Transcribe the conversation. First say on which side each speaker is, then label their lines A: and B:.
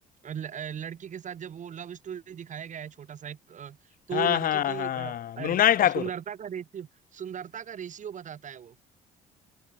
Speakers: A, on the right (about 45°); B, on the left (about 50°).
A: ल- अ, लड़की के साथ जब वो लव स्टोरी दिखाया गया है छोटा सा एक अ, तो
B: हाँ
A: वो लड़की
B: हाँ
A: की
B: हाँ
A: अ,
B: मृणाल
A: अर-
B: ठाकुर
A: सुंदरता का रेशियो सुंदरता का रेशियो बताता है वो